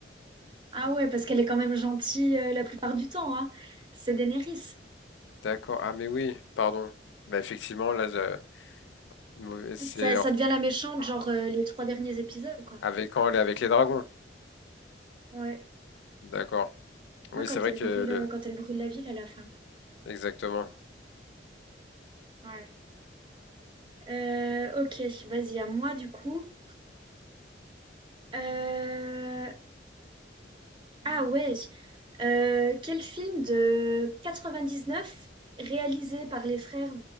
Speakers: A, on the right; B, on the left.
A: Ah ouais, parce qu'elle est quand même gentille euh, la plupart du temps, hein. C'est Daenerys.
B: D'accord. Ah mais oui, pardon. Bah effectivement, là, je- mauvais- c'est
A: Ça,
B: en-
A: ça devient la méchante, genre euh, les trois derniers épisodes, quoi.
B: avec quand elle est avec les dragons.
A: Ouais.
B: D'accord. Oui,
A: Moi, quand
B: c'est vrai
A: elle
B: que
A: brûle,
B: le.
A: euh, quand elle brûle la ville à la fin.
B: Exactement.
A: Ouais. Euh, ok, vas-y, à moi du coup. Euh, Ah ouais. Euh, quel film de 99 réalisé par les frères